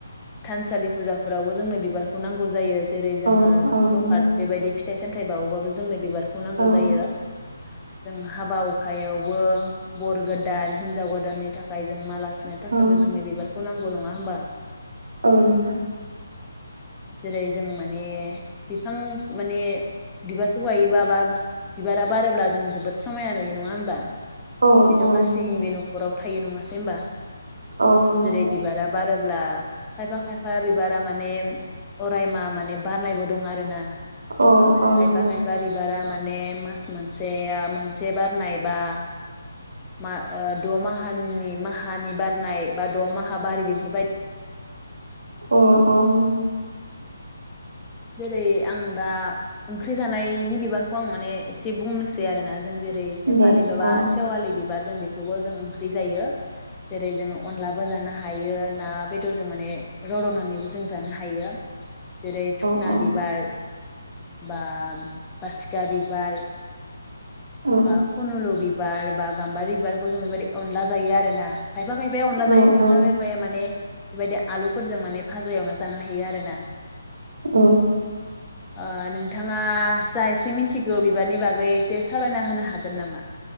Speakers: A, on the left; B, on the right.
A: थानसालि फुजाफोरावबो जोंनो बिबारखौ नांगौ जायो जेरै जोङो
B: औ औ
A: प्रकाट
B: नंगौ
A: बेबायदि फिथाइ सामथाय बावोबाबो जोंनो बिबार खौ नांगौ
B: औ
A: जायो जों हाबा यावबो बर गोदान हिनजाव गोदाननि थाखाय जों माला सुनो थाखायबो
B: औ
A: जोंनो बिबारखौ नांग गौ नङा होमबा
B: औ नोंथां।
A: जेरै जों माने बिफां माने बिबारखौ गायोबा-बा बिबारा बारोब्ला जों जोबोद समायना नुयो नङा होनबा
B: औ
A: बेथ'
B: औ
A: गासैनिबो
B: नंगौ
A: न'खराव थायो नङासै होमबा
B: औ नंगौ
A: जेरै बिबारा बारोब्ला खायफा खायफा बिबारा माने अरायमा माने बारनायबो दं आरो ना
B: औ औ
A: खायफा
B: नंगौ
A: खायफा बिबारा मा ने मास मोनसेआ से बारनाय बा मा ओ द' माहानि माहानि बारनाय बा द' माहा बारो बेफोर
B: अ अ नंगौ।
A: जेरै आं दा ओंख्रि जानायनि बिबारखौ आं माने एसे बुंनोसै आरोना जों जेरै रै सेफालि
B: दे
A: बाबा
B: औ
A: सेवालि बिबार जों बेखौबो जों ख्रि जायो। जेरै जोङो अनलाबो जानो हा हायो ना बेदरजों माने रदबनानैबो जों जानो हायो। जेरै
B: अ
A: बिबार बा फासिखा बिबार
B: अ
A: बा फनलु बि बार बा गाम्बारि बिबारखौ जों बेबायदि अनला जायो आरो ना। खायफा खायफाया अनला
B: अ
A: जायो खायफा
B: अ
A: खायफाया माने बेबायदि आलुफोरजों माने भाजा एवना जानो हायो आरोना।
B: औ।
A: ओ नोंथाङा जा एसे मिथिगौ बिबारनि बागै एसे सावरायना होनो हागोन नामा?